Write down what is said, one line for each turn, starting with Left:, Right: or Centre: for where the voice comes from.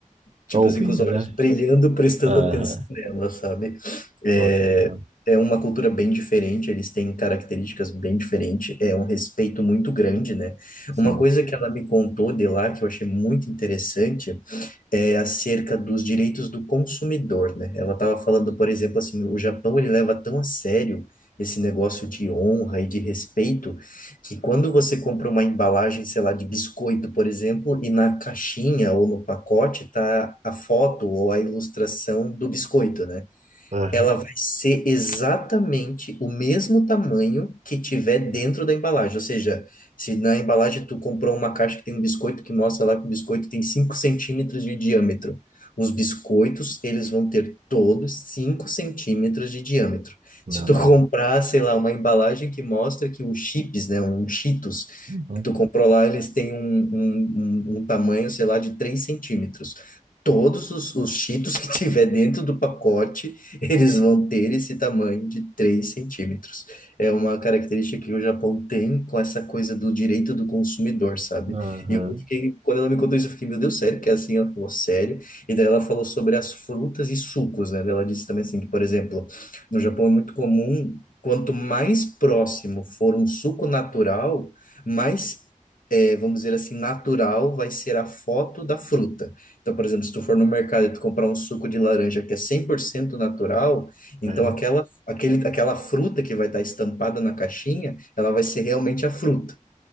Left: tipo
Right: Tá ouvindo,
Left: assim, com os olhos
Right: né?
Left: brilhando, prestando
Right: Aham.
Left: atenção nela, sabe? É,
Right: Foi, tá ouvindo?
Left: é uma cultura bem diferente, eles têm características bem diferentes, é um respeito muito grande, né?
Right: Sim.
Left: Uma coisa que ela me contou de lá, que eu achei muito interessante, é acerca dos direitos do consumidor, né? Ela estava falando, por exemplo, assim, o Japão ele leva tão a sério esse negócio de honra e de respeito, que quando você compra uma embalagem, sei lá, de biscoito, por exemplo, e na caixinha ou no pacote tá a foto ou a ilustração do biscoito, né?
Right: Aham.
Left: Ela vai ser exatamente o mesmo tamanho que tiver dentro da embalagem. Ou seja, se na embalagem tu comprou uma caixa que tem um biscoito que mostra lá que o biscoito tem 5 centímetros de diâmetro. Os biscoitos, eles vão ter todos 5 centímetros de diâmetro.
Right: Não.
Left: Se tu <laughs> comprar, sei lá, uma embalagem que mostra que os chips, né, um Cheetos,
Right: Uhum.
Left: que tu comprou lá, eles têm um, um, um, um tamanho, sei lá, de 3 centímetros. Todos os, os Cheetos <laughs> que tiver dentro do pacote eles vão ter esse tamanho de 3 centímetros. É uma característica que o Japão tem com essa coisa do direito do consumidor, sabe?
Right: Aham.
Left: E eu fiquei, quando ela me contou isso, eu fiquei, meu Deus, sério? Que é assim? Ela falou, sério? E daí ela falou sobre as frutas e sucos, né? Ela disse também assim, que, por exemplo, no Japão é muito comum, quanto mais próximo for um suco natural, mais é, vamos dizer assim, natural vai ser a foto da fruta. Então, por exemplo, se tu for no mercado e tu comprar um suco de laranja que é 100% natural, então
Right: É.
Left: aquela, aquele, aquela fruta que vai estar estampada na caixinha, ela vai ser realmente a fruta.